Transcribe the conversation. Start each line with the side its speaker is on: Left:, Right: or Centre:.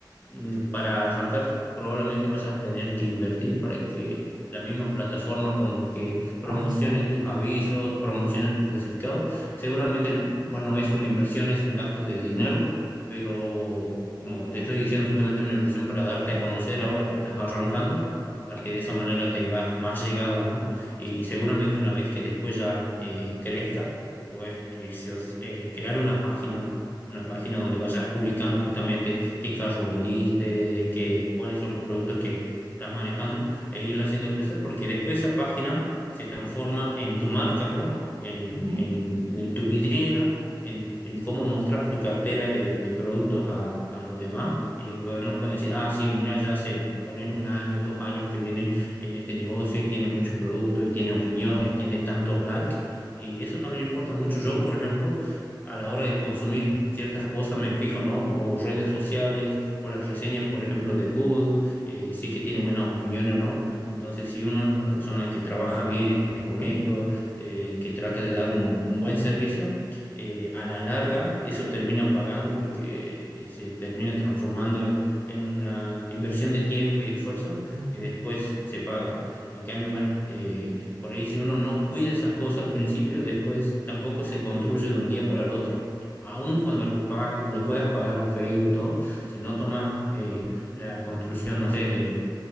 Left: mm, para arrancar, probablemente vayas a tener que invertir para que la misma plataforma como que promocione
Right: Ah, sí,
Left: tus avisos, promocione tus clasificados Seguramente, bueno, es una inversión, es un gasto de dinero, pero como te estoy diciendo, justamente una inversión para darte a conocer ahora que estás arrancando, para que de esa manera tengas más llegada, ¿no? Y
Right: sí.
Left: seguramente una vez que después ya eh, crezcas, pues que si os- eh, crear una página, una página donde vayas publicando justamente qué carro vendiste, qué, cuáles son los productos que estás manejando e ir haciendo crecer, porque después esa página se transforma en tu marca, ¿no? en,
Right: Ujú.
Left: en- en tu vidriera, en, en cómo mostras tu cartera de, de productos a, a los demás y los demás pueden decir, ah, sí, mira, ya hace poner un año, dos años que viene en este negocio y tiene muchos productos y tiene opiniones, tiene tantos likes. Y eso también importa mucho. Yo, por ejemplo, a la hora de consumir ciertas cosas me fijo, ¿no? O redes sociales, o las reseñas, por ejemplo, de Google, eh, si es que tiene buenas opiniones o no. Entonces, si uno es una persona que trabaja bien, que es honesto, eh, que trata de dar un, un buen servicio, eh, a la larga eso termina pagando porque eh, se termina transformando en, en una inversión de tiempo y esfuerzo
Right: Ujú.
Left: que después se paga. En cambio, bueno, eh, por ahí si uno no cuida esas cosas al principio, después tampoco se construye de un día para el otro. Aun cuando le, pa- le puedas pagar a Facebook y todo, si no tomas eh, la construcción, no sé, de